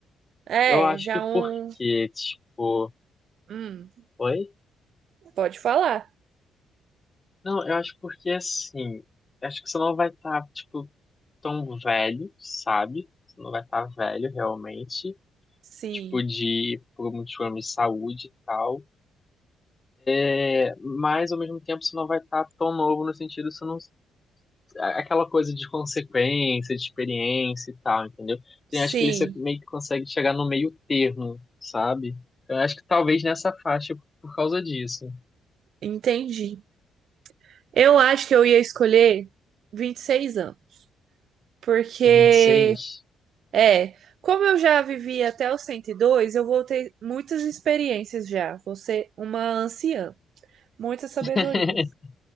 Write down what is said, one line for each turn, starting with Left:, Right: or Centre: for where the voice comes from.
Right: É,
Left: Eu acho
Right: já
Left: que
Right: um.
Left: porque, tipo.
Right: Hum,
Left: Oi?
Right: Pode falar.
Left: Não, eu acho porque assim. eu Acho que você não vai estar, tipo, tão velho, sabe? Você não vai estar velho realmente.
Right: sim.
Left: Tipo, de por muitos problemas de saúde e tal. É, Mas ao mesmo tempo você não vai estar tão novo no sentido, você não a- aquela coisa de consequência, de experiência e tal, entendeu? Então,
Right: Sim,
Left: eu acho que ele se- meio que consegue chegar no meio termo, sabe? Então, eu acho que talvez nessa faixa por causa disso.
Right: entendi. Eu acho que eu ia escolher 26 anos, porque
Left: Vinte e seis.
Right: é, como eu já vivi até os 102, eu vou ter muitas experiências já, vou ser uma anciã, muitas sabedorias.
Left: <laughs>